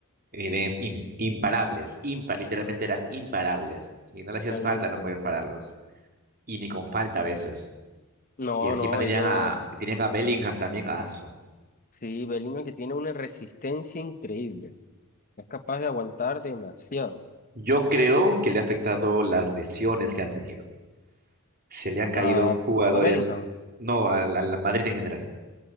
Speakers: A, on the right (about 40°); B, on the left (about 40°).
A: Y de im- imparables, impa- literalmente eran imparables. Si no le
B: totalmente.
A: hacías falta, no podías pararlos. Y ni con falta a veces.
B: No,
A: Y encima
B: no,
A: tenían
B: ellos...
A: a, tenían a Bellingham también, a Asu.
B: Sí, Bellingham que tiene una resistencia increíble. Es capaz de aguantar demasiado.
A: Yo creo que le ha afectado las lesiones que han tenido. Se le han caído
B: A,
A: jugadores,
B: a Bellingham.
A: no, al al Madrid en general.